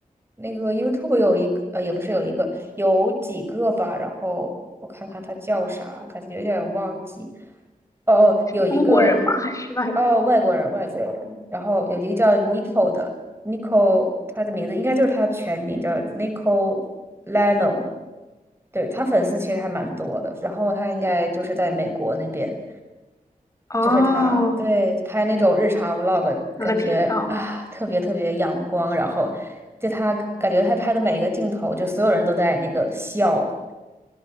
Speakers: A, on the right (about 15°); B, on the left (about 20°).
A: 那个 YouTube 有一个，呃，也不是有一个，有几个吧。然后我看看他叫啥，感觉有点忘记。哦哦，
B: 是中国人吗？
A: 有一个，
B: 还是外国？
A: 哦，外国人，外国人。然后有一个叫 Nico 的，Nico，他的名字应该就是他全名叫 Nico l e n o 对，他粉丝其实还蛮多的，然后他应该就是在美国那边。
B: 哦，
A: 就是他，对，拍那种日常 vlog，
B: 他的频道，
A: 感觉啊特别特别阳光，然后就他感觉他拍的每一个镜头，就所有人都在那个笑，